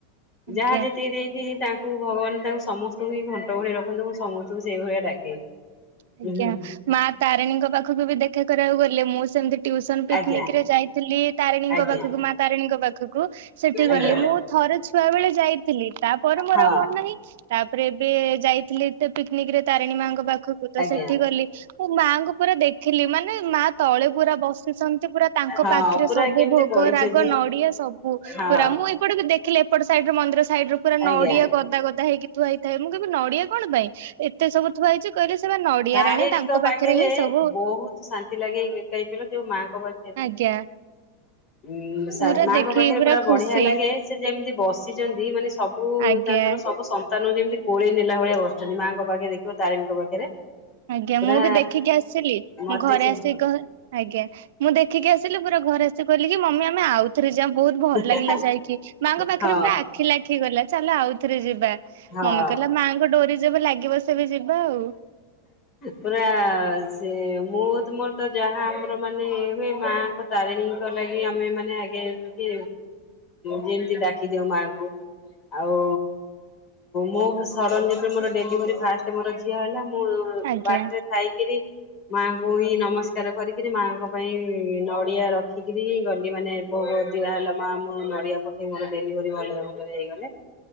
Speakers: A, on the right (about 70°); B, on the left (about 35°).
A: ଆଜ୍ଞା।
B: ଯାହା ଯେତିକି ଦେଇଁନ୍ତି, ହେ ତା କୁ ଭଗବାନ ତାଙ୍କୁ ସମସ୍ତଙ୍କୁ ହିଁ ଘଣ୍ଟ ଘଣ୍ଟ ଘୋଡେଇ ରଖନ୍ତୁ ମୁଁ ସମସ୍ତଙ୍କୁ ସେଇ ଭଳିଆ ଡାକେ।
A: ଆଜ୍ଞା।
B: ହୁଁ
A: ମା ତାରିଣୀଙ୍କ ପାଖକୁ ବି ଦେଖା କରିବାକୁ ଗଲ ହେଲେ ମୁଁ ସ୍ ସେମିତି ଟ୍ୟୁସନ୍ ପିକ୍ନିକ୍
B: ଆଜ୍ଞା
A: ରେ ଯାଇଥିଲି ତାରିଣୀଙ୍କ
B: ଆଜ୍ଞା
A: ପାଖକୁ ମା ତାରିଣୀଙ୍କ ପାଖକୁ। ସେଠି ଗଲି
B: ଆଜ୍ଞା।
A: ମୁଁ ଥରେ ଛୁଆ ବେଳେ ଯାଇଥିଲି। ତା ପରେ ମୋର
B: ହଁ
A: ଆଉ ମନ ନାହିଁ। ତା ପରେ ଏବେ ଯାଇ ଥିଲେ ଏଟା ପି ଠିକ୍ ରେ ତାରିଣୀ ମାଙ୍କ ପାଖକୁ ତ
B: ଆଜ୍ଞା
A: ସେଠି ଗଲି ମୁଁ ମାଙ୍କୁ ପୁରା ଦେଖିଲି ମାନେ ମା ତଳେ ପୁରା ବସିଛନ୍ତି। ପୁରା ତାଙ୍କ
B: ହଁ
A: ପାଖରେ
B: ପୁରା
A: ସବୁ
B: କେମିତି
A: ଭୋଗ
B: ବଇଛନ୍ତି
A: ରାଗ ନଡିଆ ସବ
B: ହଁ।
A: ପୁରା ମୁଁ ଏଇ ପଟେ ବି ଦେଖିଲେ ଏପଟ ସାଇଡ୍ ର ମନ୍ଦିର ସାଇଡ୍ ର ପୁରା ନଡ଼ିଆ
B: ଆଜ୍ଞା।
A: ଗଦା ଗଦା ହେଇକି ଥୁଆ ହେଇଥାଏ ମୁଁ କହିବି ନଡିଆ କଣ ପାଇଁ ଏତେ ସବୁ ଥୁଆ ହେଇଚି। କହିଲେ ସେ ବା ନଡିଆ
B: ତାରିଣୀଙ୍କ
A: ରାଣୀ ତାଙ୍କ
B: ପାଖରେ
A: ହିଁ ସବୁ
B: ବହୁତ୍ ଶାନ୍ତି ଲାଗେଇ କାଇ କହିଲ ଯୋଉ ମାଆଙ୍କ ପାଖେ
A: ଆଜ୍ଞା।
B: ଉଁ ସାଦ୍
A: ପୁରା
B: ମାଙ୍କ
A: ଦେଖିକି
B: ପାଖରେ ପୁରା
A: ଖୁସି
B: ବଢିଆ ଲାଗେ ସେ ଯେମିତି ବସିଚନ୍ତି ମାନେ ସବୁ
A: ଆଜ୍ଞା
B: ତାଙ୍କର ସବୁ ସମ୍ ତାନୁ ଯେମିତି କୋଳେଇ ନେଲା ଭଳିଆ ବସଚନ୍ତି। ମା ଙ୍କ ପାଖରେ ଦେଖିବ ତାରିଣୀଙ୍କ ପାଖରେ।
A: ଆଜ୍ଞା,
B: ପୁରା
A: ମୁଁ ବି ଦେଖିକି ଆସିଲି। ମୁଁ
B: ମତେ
A: ଘରେ
B: ସେମିତି
A: ଆସି କହ ଆଜ୍ଞା ମୁଁ ଦେଖିକି ଆସିଲି ପୁରା ଘରେ ଆସିିକି କଇଲି କି ମମି ଆମେ ଆଉଥରେ ଯା ବହୁତ ଭଲ
B: ଆଜ୍ଞା
A: ଲାଗିଲା ଯାଇକି ମାଆଙ୍କ ପାଖରେ
B: ହଁ
A: ପୁରା ଆଖିଲା ଠି ଗଲା ଚାଲ ଆଉ ଥରେ ଯିବା।
B: ହଁ
A: ମମି କହିଲା ମାଆଙ୍କ ଡୋରି ଯେବେ ଲାଗିବ ତେବେ ଯିବା ଆଉ।
B: ପୁରା ସେ ମୁଁ ତ ମୋର ଯାହା ଆମର ମାନେ ହୁଏ ମାଙ୍କ ତାରିଣୀଙ୍କ ଲାଗି ଆମେ ମାନେ ଆଗେ ଟିକେ ଯେମିତି ଡାକିଦଉ ମାଙ୍କୁ ଆଉ ମୋର ସଡନ୍ ଯେତେ ମୋର ଡେଲି ଭେରି ଫାଷ୍ଟ୍ ତେମର ଝିଅ ହେଲା ମୁ ମୁଁ
A: ଆଜ୍ଞା
B: ବାଟରେ ଥାଇକିରି ମାଆଙ୍କୁ ହି ନମସ୍କାର କରିକିରି ମାଆଙ୍କ ପାଇଁ ନଡ଼ିଆ ରଖିକରି ଗଲି ମାନେ ଭୋଗ ଦିଆହେଲା ମା ମୁଁ ନଡ଼ିଆ ପଠେଇ ମୋର ଡେଲିଭରି ଭଲରେ ଭଲରେ ହେଇଗଲେ